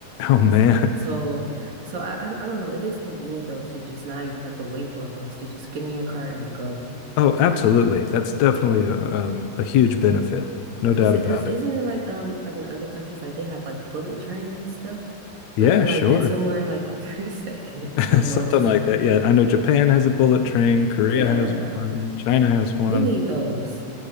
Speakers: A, on the left (about 70°); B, on the right (about 55°).
A: Oh man.
B: That's, so so I, I I don't know. It is convenient though to just not even have to wait for a bus to just get in your car and go.
A: Oh, absolutely. That's definitely a um, a huge benefit. No
B: Cause,
A: doubt about
B: cause isn't
A: it.
B: it like um like in other countries like they have like bullet trains and stuff
A: Yeah,
B: where you can
A: sure.
B: like get somewhere in like <laughs> three seconds
A: <laughs>
B: almost.
A: Something like that.
B: <laughs>
A: Yeah, I know Japan has a bullet train, Korea
B: Yeah,
A: has one, China has one.
B: we need those.